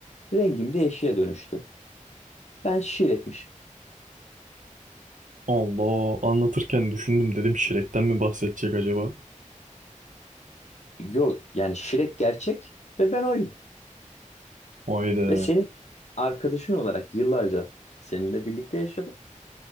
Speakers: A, on the left (about 55°); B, on the right (about 70°).
A: Rengim de yeşile dönüştü. Ben şiir etmişim.
B: Allah anlatırken düşündüm dedim Shrek'ten mi bahsedecek acaba?
A: Yok yani şirek gerçek ve ben oyum.
B: Vay be.
A: Ve senin arkadaşın olarak yıllarca seninle birlikte yaşadım.